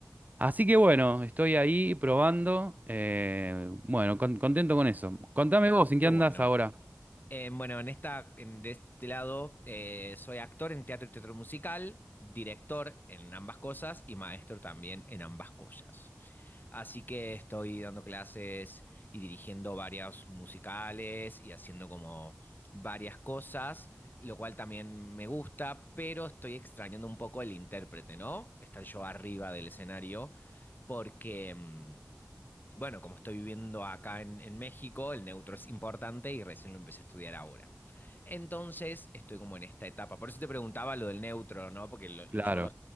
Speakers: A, on the right; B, on the left.
A: Así que bueno, estoy ahí probando. eh, bueno, con- contento con eso. Contame vos, ¿en
B: qué
A: qué
B: bueno.
A: andás ahora?
B: Eh, bueno, en esta, en- de este lado, eh, soy actor en teatro y teatro musical, director en ambas cosas y maestro también en ambas cosas. Así que estoy dando clases y dirigiendo varios musicales y haciendo como varias cosas, lo cual también me gusta, pero estoy extrañando un poco el intérprete, ¿no? Estar yo arriba del escenario porque... mm, bueno, como estoy viviendo acá en, en México, el neutro es importante y recién lo empecé a estudiar ahora. Entonces, estoy como en esta etapa. Por eso te preguntaba lo del neutro, ¿no? Porque lo- yo
A: Claro.
B: lo-